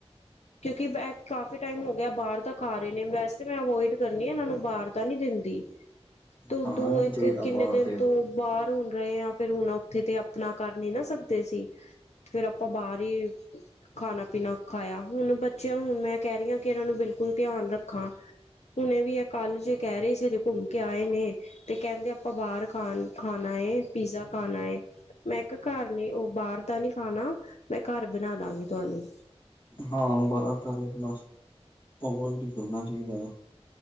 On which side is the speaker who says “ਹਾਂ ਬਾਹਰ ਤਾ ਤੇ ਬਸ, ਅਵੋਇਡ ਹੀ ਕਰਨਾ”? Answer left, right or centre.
Left